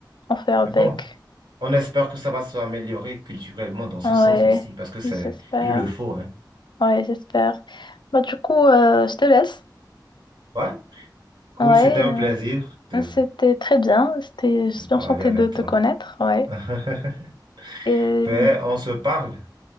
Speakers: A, on the left; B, on the right.
A: On fait avec.
B: Mais bon, on espère que ça va s'améliorer culturellement dans ce
A: Ouais,
B: sens aussi, parce que c'est,
A: j'espère.
B: il le faut, hein.
A: Ouais, j'espère. Bah, du coup, euh, je te laisse.
B: Ouais, cool,
A: Ouais.
B: c'était un
A: euh,
B: plaisir de,
A: C'était très bien, c'était, je
B: de
A: suis
B: parler
A: bien enchantée
B: avec
A: de te
B: toi.
A: connaître, ouais.
B: <laughs>
A: Et
B: Ben, on se parle.